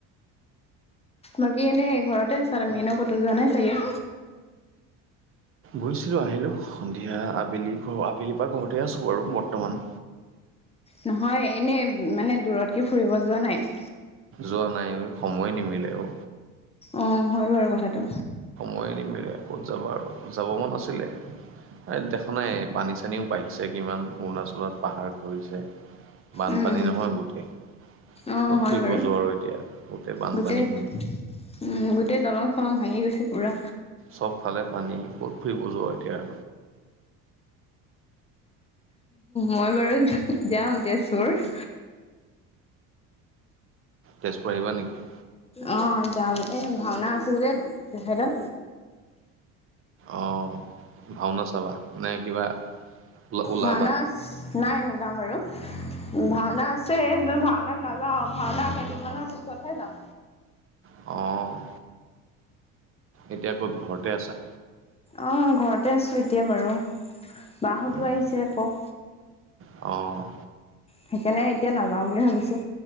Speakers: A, on the left; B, on the right.
A: বাকী এনেই ঘৰতে আছা তুমি এনেও কতো যোৱা নাই চাগে।
B: গৈছিলোঁ আহিলোঁ সন্ধিয়া আবেলি ঘৰ আবেলিৰ পৰা ঘৰতে আছোঁ আৰু বৰ্তমান।
A: নহয় এনে মানে দূৰতকে ফুৰিব যোৱা নাই।
B: যোৱা নাই সময় নিমিলে অ।
A: অ হয় বাৰু কথাটো।
B: মই নিম আৰু ক'ত যাব যাব মন আছিলে। এই দেখা নাই পানী চানীও বাঢ়িছে কিমান অৰুণাচলত পাহাৰ খহিছে। বানপানী
A: উম, উম,
B: নহয় গোটেই।
A: অ',
B: কত
A: হয়
B: ফুৰিব
A: বাৰু
B: যোৱা আৰু এতিয়া গতে বানপানীহীন।
A: গোটেই উম গোটেই দলং চলং ভাঙি গৈছে পুৰা।
B: চবফালে পানী ক'ত ফুৰিব যোৱা এতিয়া।
A: মই বাৰু যাম তেজপুৰ।
B: তেজপুৰ আহিবা নেকি।
A: অ যাম এ ভাওনা আছো যে তেখেতৰ।
B: অঁ ভাওনা চাবা নে কিবা ওলাবা
A: ভাওনা আছ নাই নোলাম আৰু। ভাওনা আছে ভাওনাত নাযাওঁ ভাওনা কেইদিনমানৰ পিছতহে যাম।
B: অঁ। এতিয়া ক'ত ঘৰতে আছা?
A: অঁ ঘৰতে আছোঁ এতিয়া বাৰু বা হঁতো
B: উম,
A: আহিছে আকৌ।
B: অঁ'
A: সেইকাৰণে এতিয়া নাযাওঁ বুলি ভাবিছো।